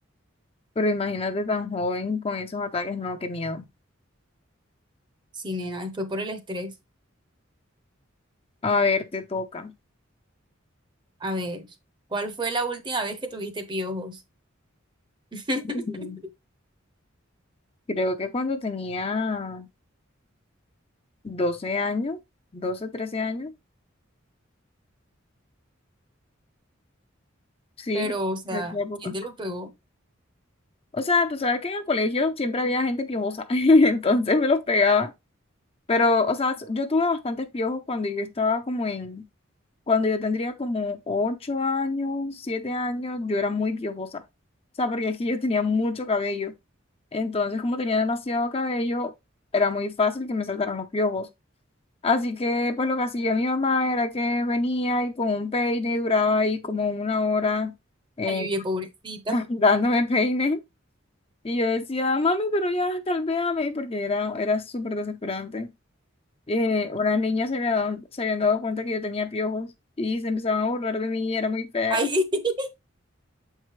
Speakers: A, on the left; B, on the right.
A: Pero imagínate tan joven con esos ataques, no, qué miedo.
B: sí, nena, fue por el estrés.
A: A ver, te toca.
B: A ver, ¿cuál fue la última vez que tuviste piojos? <laughs>
A: Ujú. Creo que cuando tenía 12 años, 12 13 años, sí,
B: Pero, o sea,
A: creo esa época.
B: ¿quién te los pegó?
A: O sea, tú sabes que en el colegio siempre había gente piojosa, <laughs> entonces me los pegaba. Pero, o sea, yo tuve bastantes piojos cuando yo estaba como en Cuando yo tendría como ocho años, siete años, yo era muy piojosa. O sea, porque es que yo tenía mucho cabello. Entonces, como tenía demasiado cabello, era muy fácil que me saltaran los piojos. Así que, pues lo que hacía mi mamá era que venía y con un peine y duraba ahí como una hora eh,
B: Ay, oye, pobrecita.
A: <laughs> dándome peine. Y yo decía, mami, pero ya calvéame, porque era, era súper desesperante. Eh, unas niñas se habían, se habían dado cuenta que yo tenía piojos y se empezaban a burlar de mí y era muy feo.
B: Ay, <laughs>